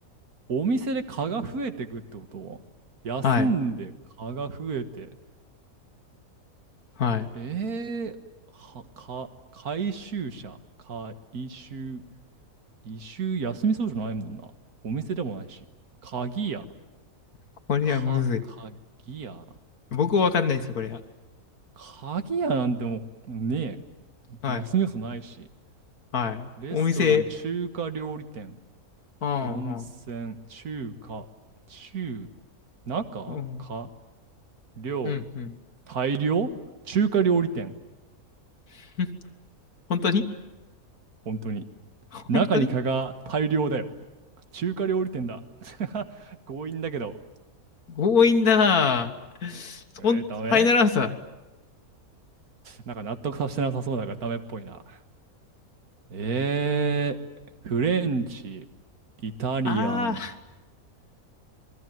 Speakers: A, on the right; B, on the left.
A: お店で蚊が増えてくってこと休んで蚊が増えて。
B: はい。はい。
A: えー、は、か、回収者、回収、一周休みそうじゃないもんな。お店でもないし。鍵屋、
B: これはむず
A: か、鍵屋。
B: い。僕もわかんないですよ、これは。
A: 鍵屋なんてもうね
B: はい。
A: え、休み要素ないし。
B: はい。
A: レストラン、
B: お店、
A: 中華料理店、
B: うんうん
A: 温泉、中華、中、中、
B: うん
A: か、量、
B: うん、うん。
A: 大量中華料理店。
B: <laughs> 本当に
A: 本当に。
B: 本当に
A: 中に蚊が大量だよ。中華料理店だ。<laughs> 強引だけど。
B: 強引だなぁ。
A: えー、
B: ほん、ファイナルアンサー。
A: ダメなんか納得させてなさそうだからダメっぽいな。えー、フレンチ、イタリアン、
B: ああ